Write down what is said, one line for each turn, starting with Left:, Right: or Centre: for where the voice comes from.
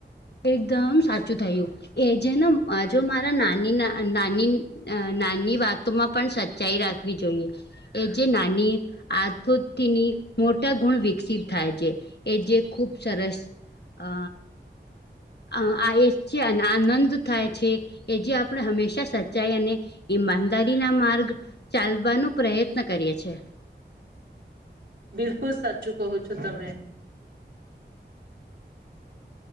Left: એકદમ સાચું થયું એ જેને જો મારા નાની નાની નાની વાતોમાં પણ સચ્ચાઈ રાખે આપવી જોઈએ એ જે નાની આથોની મોટા ગુણ વિકસિત થાય છે એ જે ખૂબ સરસ અ. આ એ છે અને આનંદ થાય છે એ જે આપણે હંમેશા સચ્ચાઈ અને. ઈમાદારી ના માર્ગ ચાલવાનો પ્રયત્ન કરે છે.
Right: બિલકુલ સાચું કહો છો તમે.